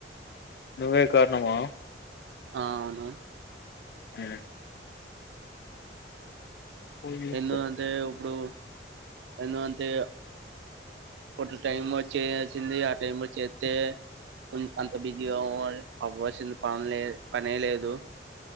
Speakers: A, on the left; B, on the right.
A: నువ్వే కారణమా
B: ఆ అవును
A: ఊ ఉమ్.
B: ఎందుకంటే ఇప్పుడు ఎందుకంటే ఒక టైం చేయాల్సింది. ఆ టైమ్ చేస్తే అంత బిజీగా అ అవ్వాల్సింది పనిలే పనే లేదు.